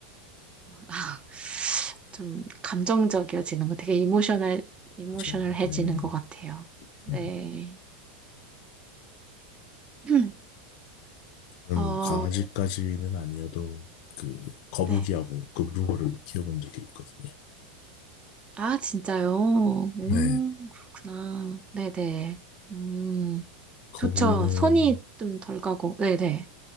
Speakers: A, on the right; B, on the left.
A: <laughs> 좀 감정적이어지는 거 되게 이모셔널, 이모셔널해지는
B: 맞아요. 예,
A: 것 같아요. 네.
B: 예.
A: <clears throat>
B: 저는
A: 어,
B: 강아지까지는 아니어도 그 거북이하고
A: 네.
B: 그붕어를 키워본 적이 있거든요.
A: 아, 진짜요? 음,
B: 네,
A: 그렇구나. 네네. 음,
B: 거북이는
A: 좋죠. 손이 좀 덜 가고. 네네.